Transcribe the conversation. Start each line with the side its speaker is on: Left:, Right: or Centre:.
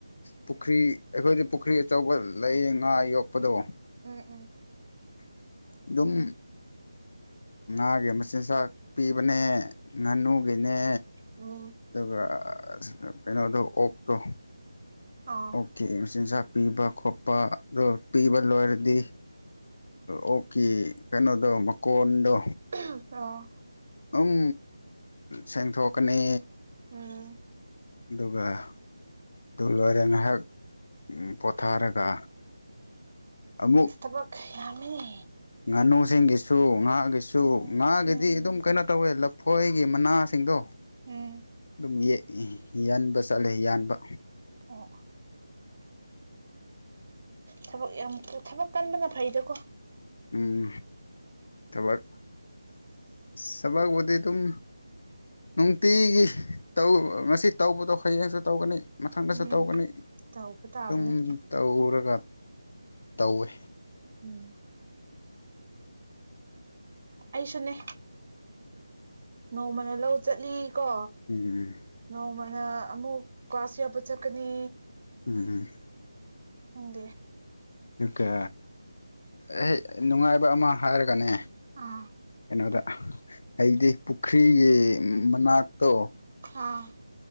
Left: ꯄꯨꯈ꯭ꯔꯤ ꯑꯩꯈꯣꯏꯗꯤ ꯄꯨꯈ꯭ꯔꯤ ꯑꯆꯧꯕ ꯂꯩꯥꯌꯦ ꯉꯥ ꯌꯣꯛꯄꯗꯣ
Right: ꯎꯝ ꯎꯝ
Left: ꯑꯗꯨꯝ ꯉꯥꯒꯤ ꯃꯆꯤꯟꯖꯥꯛ ꯄꯤꯕꯅꯦ ꯉꯥꯅꯨꯒꯤꯅꯦ
Right: ꯑꯣ
Left: ꯑꯗꯨꯒ ꯀꯩꯅꯣꯗꯣ ꯑꯣꯛꯇꯣ
Right: ꯑꯥ
Left: ꯀꯤ ꯃꯆꯤꯟꯖꯥꯛ ꯄꯤꯕ ꯈꯣꯠꯄ ꯑꯗꯨ ꯄꯤꯕ ꯂꯣꯏꯔꯗꯤ ꯑꯣꯛꯀꯤ ꯀꯩꯅꯣꯗꯣ ꯃꯀꯣꯟꯗꯣ
Right: ꯑ
Left: ꯑꯝ ꯁꯦꯡꯊꯣꯛꯀꯅꯤ
Right: ꯎꯝ
Left: ꯑꯗꯨꯒ ꯑꯗꯨ ꯂꯣꯏꯔ ꯉꯥꯏꯍꯥꯛ ꯄꯣꯊꯥꯔꯒ ꯑꯃꯨꯛ
Right: ꯇꯕꯛ ꯌꯥꯝꯃꯦꯅꯦ
Left: ꯉꯥꯅꯨꯁꯤꯡꯒꯤꯁꯨ ꯉꯥꯒꯤꯁꯨ
Right: ꯎꯝ
Left: ꯉꯥꯒꯤꯗꯤ
Right: ꯎꯝ
Left: ꯑꯗꯨꯝ ꯀꯩꯅꯣ ꯇꯧꯋꯦ ꯂꯐꯣꯏꯒꯤ ꯃꯅꯥꯁꯤꯡꯗꯣ
Right: ꯎꯝ
Left: ꯑꯗꯨꯝ ꯌꯥꯟꯕ ꯆꯠꯂꯦ ꯌꯥꯟꯕ
Right: ꯑꯣ ꯊꯕꯛ ꯌꯥꯝ ꯊꯕꯛ ꯀꯟꯕꯅ ꯐꯩꯗꯀꯣ
Left: ꯎꯝ ꯊꯕꯛ ꯁꯕꯛꯕꯨꯗꯤ ꯑꯗꯨꯝ ꯅꯨꯡꯇꯤꯒꯤ ꯇꯧ ꯉꯁꯤ ꯇꯧꯕꯗꯣ ꯍꯌꯦꯡꯁꯨ ꯇꯧꯒꯅꯤ ꯃꯊꯪꯗꯁꯨ
Right: ꯎꯝ
Left: ꯇꯧꯒꯅꯤ
Right: ꯇꯧꯕ ꯇꯥꯕꯅꯦ
Left: ꯁꯨꯝ ꯇꯧꯔꯒ ꯇꯧꯋꯦ
Right: ꯎꯝ ꯑꯩꯁꯨꯅꯦ ꯅꯣꯡꯃꯅ ꯂꯧ ꯆꯠꯂꯤ ꯀꯣ
Left: ꯎꯝ
Right: ꯅꯣꯡꯃꯅ ꯑꯃꯨꯛ ꯀ꯭ꯂꯥꯁ ꯌꯥꯎꯕ ꯆꯠꯀꯅꯤ
Left: ꯎꯝ ꯎꯝ
Right: ꯎꯪꯗꯦ
Left: ꯀꯥ ꯑꯩ ꯅꯨꯡꯉꯥꯏꯕ ꯑꯃ ꯍꯥꯏꯔꯒꯅꯦ
Right: ꯑꯥ
Left: ꯀꯩꯅꯣꯗ ꯍꯥꯏꯗꯤ ꯄꯨꯈ꯭ꯔꯤꯒꯤ ꯃꯅꯥꯛꯇꯣ
Right: ꯑꯥ